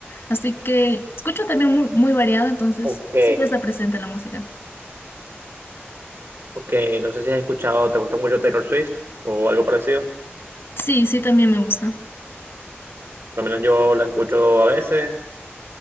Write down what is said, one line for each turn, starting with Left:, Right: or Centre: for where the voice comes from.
Left: Así que escucho también muy, muy variado, entonces
Right: ok,
Left: siempre está presente la música.
Right: ok, no sé si has escuchado, ¿te gusta mucho Taylor Swift o algo parecido?
Left: Sí, sí, también me gusta.
Right: Por lo menos yo la escucho a veces.